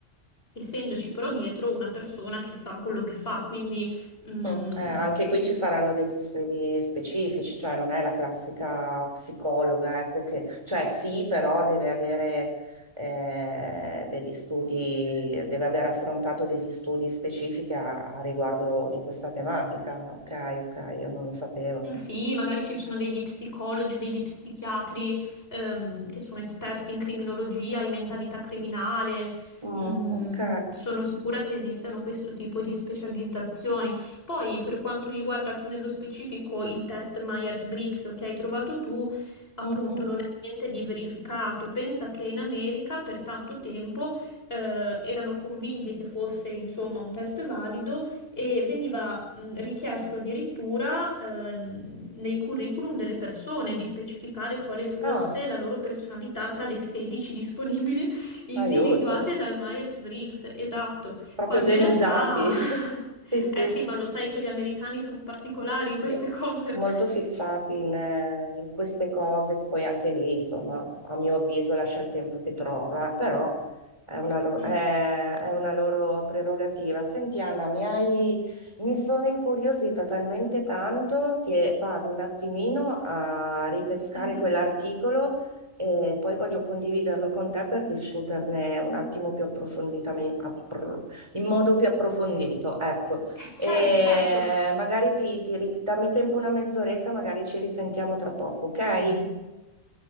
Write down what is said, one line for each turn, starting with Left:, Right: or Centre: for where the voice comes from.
Left: essendoci però dietro una persona che sa quello che fa, quindi mm,
Right: Mm, eh, anche qui ci saranno degli studi specifici, cioè non è la classica psicologa, ecco che, cioè sì, però deve avere eh, degli studi, deve aver affrontato degli studi specifici a, a riguardo di questa tematica. Ok, ok, io non lo sapevo.
Left: Sì, magari ci sono degli psicologi o degli psichiatri ehm, che sono esperti in criminologia, in mentalità criminale.
Right: Mm,
Left: Mm,
Right: ok.
Left: sono sicura che esistano questo tipo di specializzazioni. Poi, per quanto riguarda più nello specifico il test Myers-Briggs che hai trovato tu, appunto,
Right: Mm.
Left: non è niente di verificato. Pensa che in America per tanto tempo eh, erano convinti che fosse, insomma, un test valido e veniva mh, richiesto addirittura ehm, nei curriculum delle persone di specificare quale fosse
Right: Ah,
Left: la loro personalità tra le 16 disponibili <laughs> individuate
Right: aiuto,
Left: dal Myers-Briggs, esatto,
Right: proprio
Left: quando
Right: denudati.
Left: in realtà <laughs>
Right: <laughs> Sì, sì.
Left: eh sì, ma lo sai che gli americani sono particolari in queste
Right: Sì.
Left: cose.
Right: Molto fissati in, eh, in queste cose, che poi anche lì, insomma, a mio avviso lascia il tempo che trova, però è una, lo- è-
Left: Mm.
Right: è una loro prerogativa. Senti, Anna, mi hai- mi sono incuriosita talmente tanto che vado un attimino a ripescare
Left: Mhm.
Right: quell'articolo e poi voglio condividerlo con te per discuterne un attimo più approfonditamente, appro- in modo più approfondito. Ecco.
Left: Eh,
Right: E
Left: Certo, certo.
Right: magari ti, ti ri- dammi tempo una mezz'oretta, magari ci risentiamo tra poco, ok?